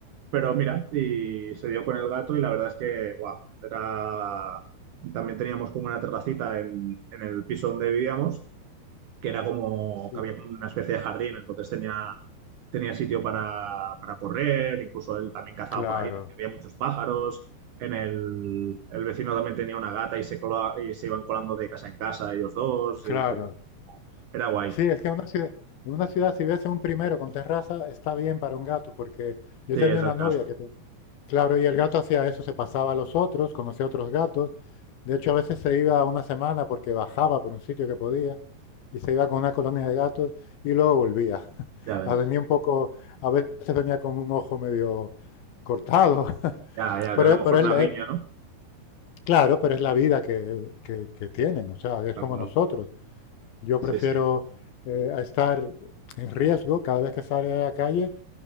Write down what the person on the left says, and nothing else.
Sí,
claro,
claro.
Sí, es que en una ciudad, en una ciudad si ves un primero con terraza, está bien para un gato, porque yo
tenía
una novia
que te- Claro, y el gato hacía eso, se pasaba a los otros, conocía a otros gatos. De hecho, a veces se iba una semana porque bajaba por un sitio que podía y se iba con una colonia de gatos y luego volvía. <laughs>
A venía un poco, a veces venía con un ojo medio cortado. <laughs>
Pero,
es-
pero
es, la-
es-
claro, pero es la vida que, que- que tienen, o sea, es
como
nosotros. Yo
prefiero
eh, a estar en riesgo cada vez que sale a la calle.